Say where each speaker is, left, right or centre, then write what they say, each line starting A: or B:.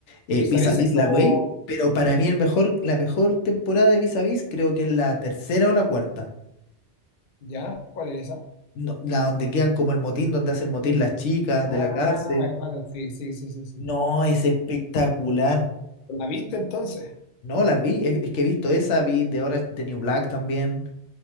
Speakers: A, on the left; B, on the left.
A: eh,
B: Vis
A: Vis
B: a Vis
A: a Vis
B: es como,
A: la vi, pero para mí el mejor, la mejor temporada de Vis a Vis creo que es la tercera o la cuarta.
B: ¿ya? ¿Cuál es esa?
A: No, la donde quedan como el motín, donde hacen motín las chicas
B: Ah,
A: de la cárcel.
B: claro, sí, sí, sí, sí, sí.
A: No, es espectacular.
B: ¿La viste entonces?
A: No, las vi, es, es que he visto esa, vi de Orange de New Black también.